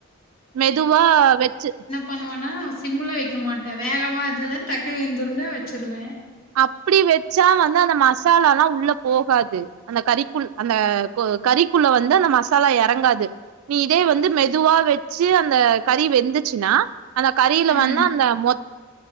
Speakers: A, on the right; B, on the left.
A: மெதுவா வெச்சு
B: பண்ணுவேனா சிம்முல வக்க மாட்ட வேகமாக இருந்தாதா டக்குனு வெந்துருண்டு வெச்சுருவே
A: அப்டி வெச்சா வந்து அந்த மசாலால்லா உள்ள போகாது அந்த கறிக்குள் அந்த கொ கறிக்குள்ள வந்து அந்த மசாலா எறங்காது நீ இதே வந்து மெதுவா வச்சு அந்த கறி வெந்துச்சுன்னா அந்த கறில
B: ம்
A: வேன்னா அந்த மொத்த